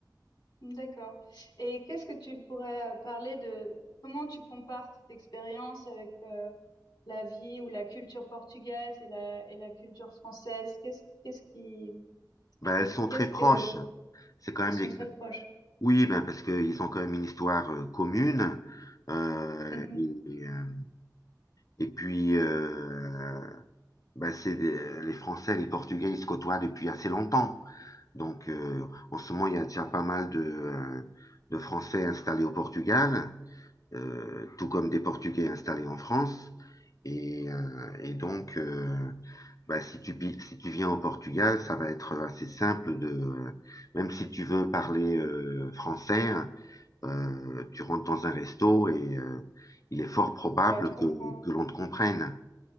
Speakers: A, on the left; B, on the left.
A: D'accord. Et qu'est-ce que tu pourrais euh, parler de comment tu compares cette expérience avec euh, la vie ou la culture portugaise et la, et la culture française? Qu'est-ce, qu'est-ce qui,
B: Ben,
A: qu'est-ce,
B: elles sont
A: qu'est-ce
B: très
A: que
B: proches.
A: pour-
B: C'est quand même
A: elles sont
B: les...
A: très proches.
B: Oui, ben, parce qu'ils ont quand même une histoire euh, commune. Euh,
A: Mhm.
B: et, et, euh, et puis, euh, ben, c'est des- les Français les Portugais, ils se côtoient depuis assez longtemps. Donc, euh, en ce moment, il y a déjà pas mal de, euh, de Français installés au Portugal. euh, tout comme des Portugais installés en France. Et, euh, et donc, euh, bah, si tu, si tu viens au Portugal, ça va être assez simple de, même si tu veux parler euh, français, euh, tu rentres dans un resto et euh, il est fort probable
A: On va te comprendre.
B: que, que l'on te comprenne.